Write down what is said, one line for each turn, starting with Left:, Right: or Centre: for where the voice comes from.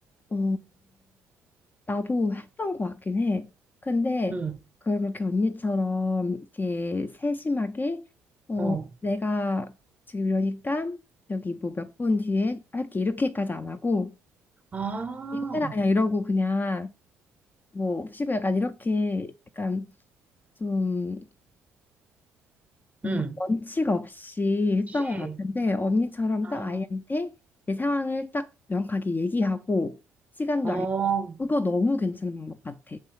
Left: 어 나도 했던 것 같긴 해. 근데
Right: 응,
Left: 그걸 그렇게 언니처럼 이렇게 세심하게 어
Right: 어.
Left: 내가 지금 이러니까 여기 뭐 몇 분 뒤에 할게 이렇게까지 안 하고
Right: 아,
Left: 이거 해라 그냥 이러고 그냥 뭐 쉬고 약간 이렇게 약간 좀 뭔가
Right: 응,
Left: 원칙 없이 했던
Right: 씨.
Left: 것 같은데 언니처럼
Right: 아,
Left: 딱 아이한테 내 상황을 딱 명확하게 얘기하고 시간도
Right: 어.
Left: 알려. 그거 너무 괜찮은 방법 같아.